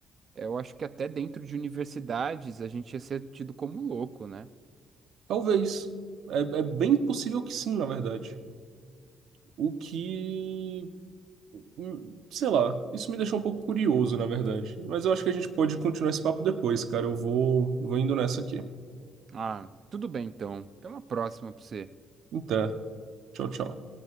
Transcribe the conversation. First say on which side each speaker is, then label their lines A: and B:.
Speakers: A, on the right; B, on the right.
A: Eu acho que até dentro de universidades a gente ia ser tido como louco, né?
B: Talvez. É, é bem possível que sim, na verdade. O que. hum, Sei lá, isso me deixou um pouco curioso, na verdade. Mas eu acho que a gente pode continuar esse papo depois, cara. Eu vou, vou indo nessa aqui.
A: Ah, tudo bem então. Até uma próxima pra você.
B: Então, tchau, tchau.